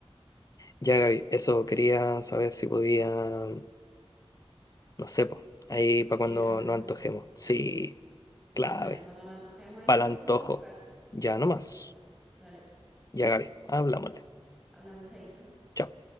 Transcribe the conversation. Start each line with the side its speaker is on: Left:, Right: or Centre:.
Left: Ya, Gaby, eso quería saber si podía, no sé, po, ahí para
Centre: Llegar
Left: cuando
Centre: a una
Left: nos
Centre: conclusión.
Left: antojemos. Sí, clave.
Centre: Dale, cuando nos antojemos ahí
Left: Para
Centre: tenemos
Left: el antojo.
Centre: que rebuscar.
Left: Ya nomás.
Centre: Dale, pues.
Left: Ya, Gaby, hablámosle.
Centre: hablamos chaito.
Left: Chao.